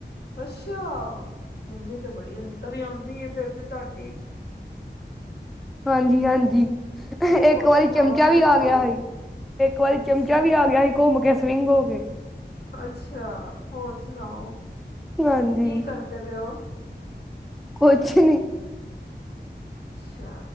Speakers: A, on the left; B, in the centre.
A: ਅੱਛਾ ਮੰਮੀ ਤੇ ਬੜੀ ਅੰ ਤਰਯਾਮੀਏ ਫੇਿਰ ਤੇ ਤੁਹਾਡੀ
B: ਹਾਂਜੀ ਹਾਂਜੀ
A: ਹੋਰ
B: ਇੱਕ ਵਾਰੀ
A: ਸੁਣਾਓ
B: ਚਮਚਾ ਵੀ
A: ਠੀਕ
B: ਆ
A: ਹੋ?
B: ਗਿਆ ਸੀ ਇੱਕ ਵਾਰੀ
A: ਅੱਛਾ,
B: ਚਮਚਾ ਵੀ ਆ ਗਿਆ ਸੀ ਘੁੰਮ ਕੇ ਸਵਿੰਗ ਹੋ ਕੇ
A: ਅੱਛਾ ਹੋਰ ਸੁਣਾਓ
B: ਹਾਂਜੀ
A: ਕੀ ਕਰਦੇ ਪਏ ਓ?
B: ਕੁਛ ਨੀ
A: ਅੱਛਾ